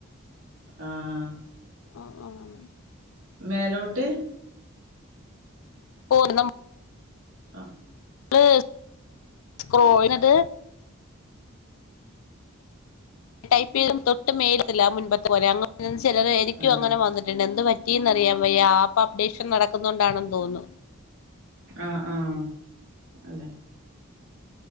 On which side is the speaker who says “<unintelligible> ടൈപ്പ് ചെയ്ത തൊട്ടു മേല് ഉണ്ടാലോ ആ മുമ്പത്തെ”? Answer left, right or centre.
Left